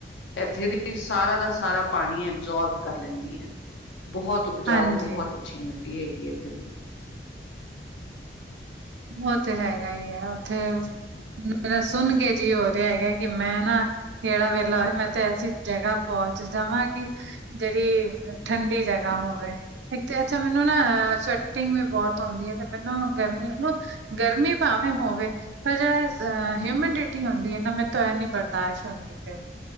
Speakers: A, on the left; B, on the right.
A: ਇੱਥੇ ਦੀ ਸਾਰਾ ਦਾ ਸਾਰਾ ਪਾਣੀ ਐਬਜ਼ੋਰਬ ਕਰ ਲੈਂਦੀ ਐ। ਬਹੁਤ ਉਪਜਾਊ
B: ਹਾਂਜੀ
A: ਤੇ ਬਹੁਤ ਅੱਛੀ ਮਿੱਟੀ ਟੀ ਹੈਗੀ ਇੱਥੇ ਦੀ
B: ਓ ਤੇ ਹੈਗਾ ਈ ਐ ਓਥੇ ਮੇਰਾ ਸੁਣ ਕੇ ਜੀ ਹੋ ਰਿਆ ਹੈਗਾ, ਕੀ ਮੈਂ ਨਾਂ ਕੇੜਾ ਵੇਲਾ ਹੋਵੇ, ਮੈਂ ਤਾਂ ਐਸੀ ਜਗ੍ਹਾ ਪਹੁੰਚ ਜਾਵਾਂ ਕੀ ਜੇੜੀ ਠੰਡੀ ਜਗ੍ਹਾ ਹੋਵੇ। ਇੱਕ ਤੇ ਅੱਛਾ ਮੈਨੂੰ ਨਾਂ ਸਵੈਟਿੰਗ ਵੀ ਬਹੁਤ ਹੁੰਂਦੀ ਏ, ਤੇ ਮੈਨੂੰ ਗਰਮੀ ਨੂੰ ਗਰਮੀ ਭਾਵੇਂ ਹੋਵੇ। ਫਿਰ ਜੇਰਾ ਸ ਅ ਹਿਊਮਿਡਿਟੀ ਹੁੰਦੀ ਏ ਨਾਂ, ਮੇਰੇ ਤੋਂ ਐ ਨੀ ਬਰਦਾਸ਼ਤ ਹੁੰਦੀ ਫਿਰ।